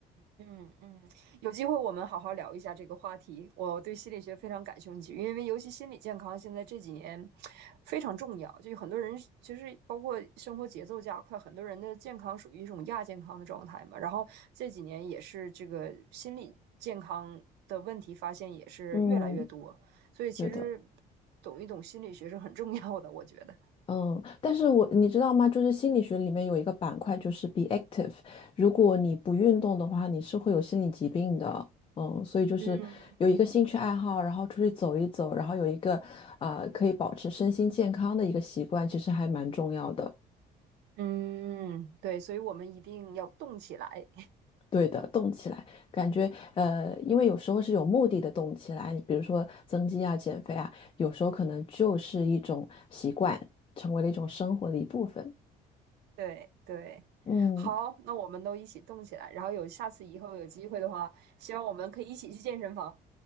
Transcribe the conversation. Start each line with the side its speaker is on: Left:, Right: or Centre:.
Right: 嗯嗯，有机会我们好好聊一下这个话题。我对心理学非常感兴趣，因为尤其心理健康现在这几年非常重要。就有很多人其实包括生活节奏加快，很多人的健康属于一种亚健康的状态嘛。然后这几年也是这个心理健康的问题发现也是越来越多，
Left: 嗯，
Right: 所以其实
Left: 对的。
Right: 懂一懂心理学是很重要的，我觉得。
Left: 嗯，但是我你知道吗？就是心理学里面有一个板块，就是 be active。如果你不运动的话，你是会有心理疾病的。嗯，所以就是有一个兴趣爱好，
Right: 嗯
Left: 然后出去走一走，然后有一个呃可以保持身心健康的一个习惯，其实还蛮重要的。
Right: 嗯，对，所以我们一定要动起来。
Left: 对的，动起来，感觉呃，因为有时候是有目的的动起来，比如说增肌啊、减肥啊，有时候可能就是一种习惯，成为了一种生活的一部分。
Right: 对对，
Left: 嗯，
Right: 好，那我们都一起动起来，然后有下次以后有机会的话，希望我们可以一起去健身房。